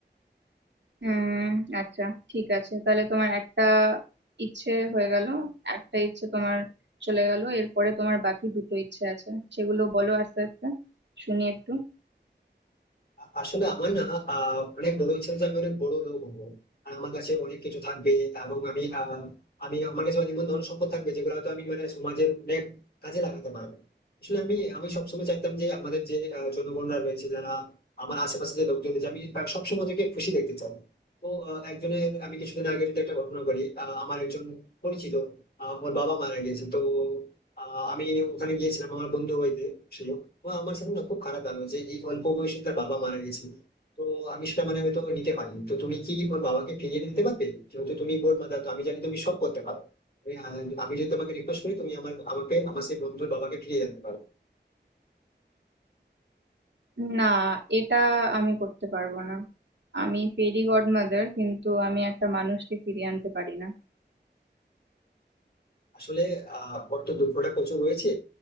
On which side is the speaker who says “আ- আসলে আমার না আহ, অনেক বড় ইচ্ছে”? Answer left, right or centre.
Left